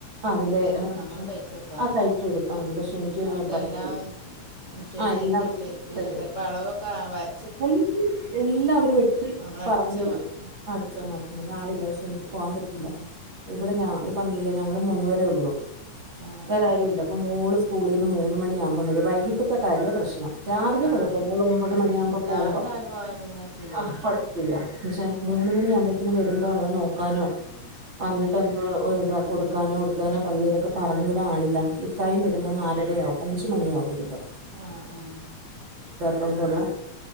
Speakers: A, on the left; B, on the right.
A: വെട്ടിത്തരും.
B: അതല്ലേ ആഹ്
A: നമ്മള്
B: പക്ഷെ
A: തയ്ചൊട്ത്താമതി.
B: ആഹ് തയ്ച്ചു കൊടുത്താ മതി പക്ഷെ എനിക്ക്
A: അയിന്റെ
B: പറ്റത്തില്ല
A: എല്ലാം ശരി ശരിയാക്കി
B: ആഹ് എല്ലാവരും
A: ശരിക്ക്
B: തരും
A: ച്ചെൽപ്പൊ അളവൊക്കെ വര
B: <unintelligible> എല്ലാവരും വെട്ടി
A: നമ്മളടിച്ചാൽ
B: പറഞ്തരും
A: മതി
B: അടിച്ചാമാത്രമതി. ഞ ആളില്ല പക്ഷേ പോവാപറ്റീല്ല.
A: ആ
B: ഇബടെ ഞ ഇ പറഞ്ഞില്ലേ ഞങ്ങള് മൂന്ന്പരെഒള്ളു.
A: ആ
B: വേറെ ആരുഇല്ല അപ്പ മോള് സ്കൂളിന്ന് മൂന്ന്മണിയാവുമ്പം വരും. വൈകിട്ട്ത്തെ കാര്യോ പ്രശ്നം. രാവിലെ
A: ആ
B: കുഴപ്പല്ല
A: അതെ അതെ
B: ഓള് ഒമ്പത് മണിയാമ്പ
A: ആ രാവിലെ
B: പോവുമ്പോ
A: അവർ പോയാൽ പിന്നെ ഫ്രീ
B: ആ
A: അല്ലേ
B: കൊഴപ്പല്ല. ക്ഷെ മൂന്ന് മണിയാവുമ്പയ്ത്തിന് വരുമ്പോ അവളെ നോക്കാനോ വന്നിട്ട്
A: ആ
B: ഒന്ന് <unintelligible> കൊടുക്കാനോ ഇട്ക്കാനോ പള്ളിയിലൊക്കെ പറഞ്ഞു വിടആളില്ല. ഇക്കായും വരുമ്പം
A: ആ
B: നാലരയാവു അഞ്ച് മണിയാവും വരുമ്പം.
A: ആ ആ
B: തൊണ്ടുള്ള